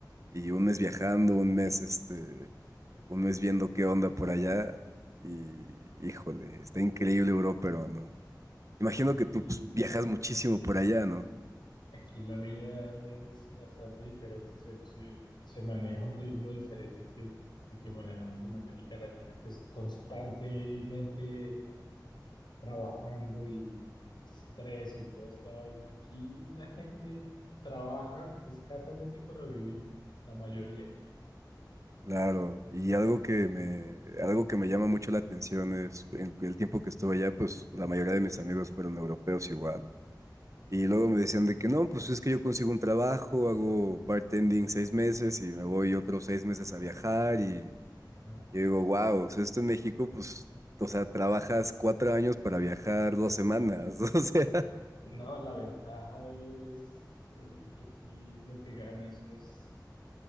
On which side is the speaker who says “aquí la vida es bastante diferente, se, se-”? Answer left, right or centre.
Left